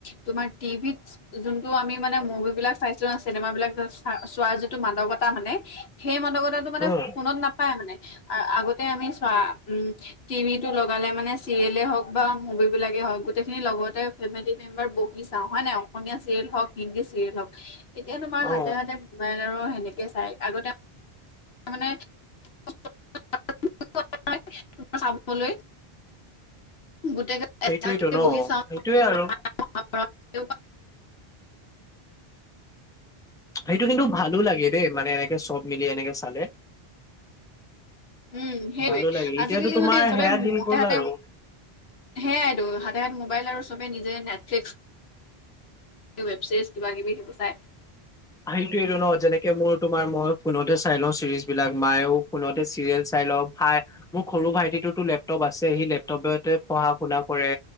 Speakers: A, on the left; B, in the centre.
A: তোমাৰ টিভিত জোনটো আমি মানে মভি গৈ পেলাই চাইছোঁ না চিনেমাবিলাক যে চোৱা যিটো মানবতা মানে সেই মান টো মানে
B: উম
A: ফোনত নাপায় মানে, আগতে আমি চোৱা উ, টিভিটো লগালে মানে চিৰিয়ালে হওক বা মুভিবিলাকে হওক গোটেইখিনি লগতে ফেমি বাৰ বহি চাও হয় নাই, অসমীয়া চিৰিয়েল হওঁক, হিন্দী চিৰিয়েল হওঁক এতিয়া তোমাৰ
B: অ
A: হাতে হাতে মোবাইল আৰু সেনেকে চাই আগতে তাৰমানে <unintelligible> <unintelligible> চাবলৈ। গোটেই
B: সেইটোয়েইটো
A: এচাকে
B: ন
A: বহি চাওঁ
B: সেইটোয়ে আৰু
A: <unintelligible> <unintelligible>
B: সেইটো কিন্তু ভালো লাগে দেই মানে এনেকে চব মিলি এনেকে চালে।
A: উম সেইটোয়ে
B: ভালো লাগে
A: আজিকালি
B: এতিয়াতো তোমাৰ
A: মানে চবে
B: সেয়া দিন গ'ল
A: তহাতে
B: আৰু
A: সেয়াই হাতে হাতে মোবাইল আৰু চবে নিজে নেটফ্লিক্স ৱেব ছিৰিজ কিবা কিবি সব চাই।
B: সেইটোয়েইটো ন যেনেকে মোৰ তোমাৰ মই ফোনতে চাই ল চিৰিজ বিলাক মায়েও ফোনতে চিৰিয়েল চাই। ভাই মোৰ সৰু ভাইটিটোতো লেপটপ আছে সি লেপটপতে পঢ়া শুনা কৰে